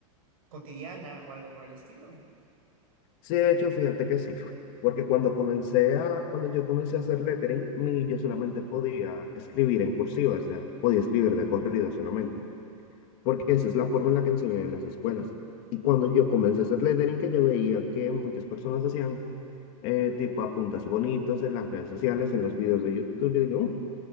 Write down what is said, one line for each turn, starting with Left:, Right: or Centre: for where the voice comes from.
Right: cotidiana o algo por el estilo.
Left: Sí, de hecho, fíjate que sí. Porque cuando comencé a, cuando yo comencé a hacer lettering, mi, yo solamente podía escribir en cursiva, o sea, podía escribir de corrido solamente. Porque esa es la forma en la que enseñan en las escuelas. Y cuando yo comencé a hacer lettering, que yo veía que muchas personas hacían eh, tipo apuntes bonitos en las redes sociales, en los videos de YouTube. Yo dije, "Oh,